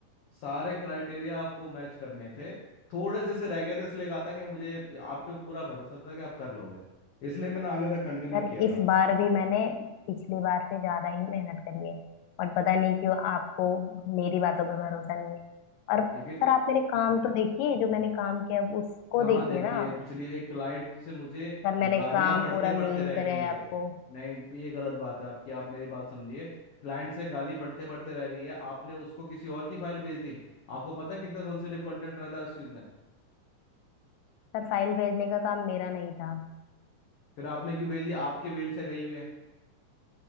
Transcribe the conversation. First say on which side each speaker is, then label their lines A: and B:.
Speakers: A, on the left (about 65°); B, on the left (about 80°).
A: सारे क्राइटेरिया आपको मैच करने थे थोड़े से से रह गए थे इसलिए कहा था कि मुझे आप पे पूरा भरोसा था कि आप कर लोगे इसलिए मैंने आगे तक कंटिन्यू नहीं
B: सर
A: किया
B: इस
A: था
B: बार भी मैंने पिछली बार से ज्यादा ही मेहनत करी है और पता नहीं क्यों आपको मेरी बातों पर भरोसा नहीं है और सर
A: लेकिन
B: आप मेरे काम तो देखिए जो मैंने काम किया उसको
A: कहाँ
B: देखिए
A: देखी
B: ना
A: है
B: आप।
A: पिछली एक क्लाइंट से मुझे
B: सर मैंने
A: गालियां
B: काम
A: पढ़ते
B: पूरा
A: पढ़ते
B: मेल
A: रह
B: करा
A: गई
B: है
A: है
B: आपको
A: नहीं ये गलत बात है आपकी आप मेरी बात समझिए क्लाइंट से गाली पढ़ते पढ़ते रह गई है आपने उसको किसी और की फाइल भेज दी आपको पता है कितना सेंसिटिव कंटेंट रहता है उस चीज में
B: सर फाइल भेजने का काम मेरा नहीं था
A: फिर आपने क्यों भेजी आपके मेल से गई हुई है